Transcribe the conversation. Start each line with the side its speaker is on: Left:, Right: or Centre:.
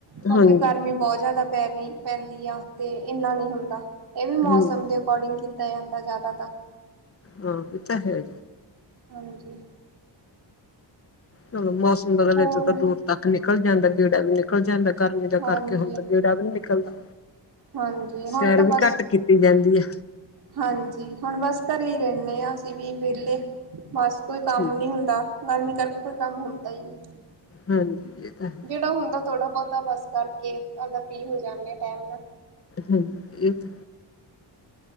Right: ਕਿਉਂਕਿ
Left: ਹਾਂਜੀ
Right: ਗਰਮੀ ਬਹੁਤ ਜ਼ਿਆਦਾ ਪੈ ਰਹੀ ਪੈਂਦੀ ਆ ਤੇ ਇੰਨਾ ਨਹੀਂ ਹੁੰਦਾ। ਇਹ ਵੀ
Left: ਹਾਂਜੀ
Right: ਮੌਸਮ ਦੇ ਅਕੋਡਿੰਗ ਕੀਤਾ ਜਾਂਦਾ ਜ਼ਿਆਦਾਤਾਂ।
Left: ਹਾਂ, ਏਹ ਤਾਂ ਹੈ।
Right: ਹਾਂਜੀ।
Left: ਚਲੋ ਮੌਸਮ ਬਦਲ
Right: ਹੋਰ
Left: ਇਥ ਤਾਂ ਦੂਰ ਤੱਕ ਨਿਕਲ ਜਾਂਦਾ ਗੇੜਾ ਵੀ ਨਿਕਲ ਜਾਂਦਾ। ਗਰਮੀ ਦਾ
Right: ਹਾਂਜੀ,
Left: ਕਰਕੇ ਹੁਣ ਤਾਂ ਗੇੜਾ ਵੀ ਨੀ ਨਿਕਲਦਾ।
Right: ਹਾਂਜੀ,
Left: ਸੈਰ
Right: ਹੁਣ ਤਾਂ
Left: ਵੀ
Right: ਬਸ।
Left: ਘੱਟ ਕੀਤੀ ਜਾਂਦੀ ਹੈ।
Right: ਹਾਂਜੀ, ਹੁਣ ਬਸ ਘਰੇ ਹੀ ਰਹਿ ਨੇ ਆ ਅਸੀ ਵੀ ਵਿਹਲੇ। ਬਸ ਕੋਈ ਕੰਮ
Left: ਠੀਕ
Right: ਨੀ
Left: ਹੈ।
Right: ਹੁੰਦਾ। ਗਰਮੀ ਕਰਕੇ ਕੋਈ ਕੰਮ ਹੁੰਦਾ ਹੀ ਨਹੀਂ।
Left: ਹਾਂਜੀ। ਇਹ ਤਾਂ ਹੈ
Right: ਜਿਹੜਾ ਹੁੰਦਾ ਥੋੜ੍ਹਾ ਬਹੁਤਾ ਬਸ ਕਰਕੇ ਫਰੀ ਹੋ ਜਾਂਦੇ ਆ ਟਾਈਮ ਨਾਲ।
Left: ਹਾਂਜੀ ਇੱਕ।